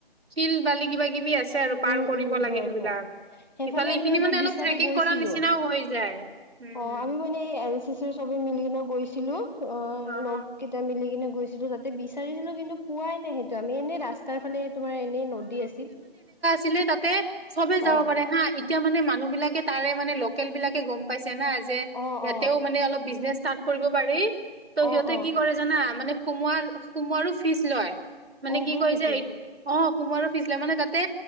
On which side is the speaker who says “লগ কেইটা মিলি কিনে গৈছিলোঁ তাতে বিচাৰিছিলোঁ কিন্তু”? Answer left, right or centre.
Left